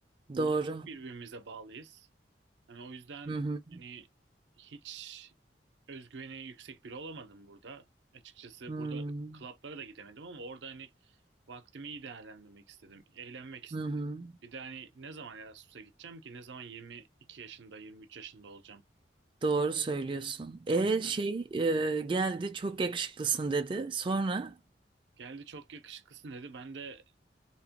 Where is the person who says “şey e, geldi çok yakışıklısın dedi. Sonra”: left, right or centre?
Right